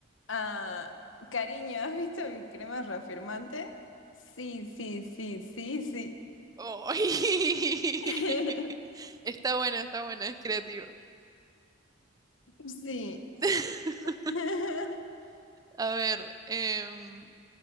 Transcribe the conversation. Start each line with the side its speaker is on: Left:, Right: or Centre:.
Left: Ah, cariño, ¿has visto mi crema reafirmante? Sí, sí, sí, sí, sí.
Right: Ay.
Left: <laughs>
Right: <laughs> Está bueno, está bueno, es creativo.
Left: Sí.
Right: <laughs>
Left: <laughs>
Right: A ver, em,